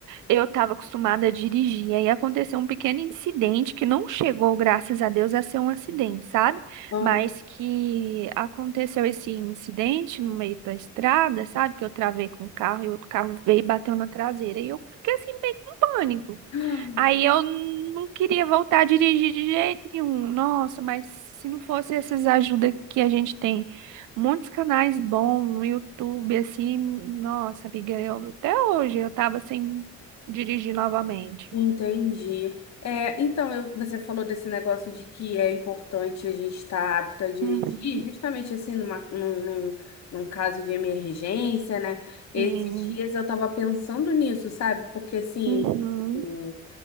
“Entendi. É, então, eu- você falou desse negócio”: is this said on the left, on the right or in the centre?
Left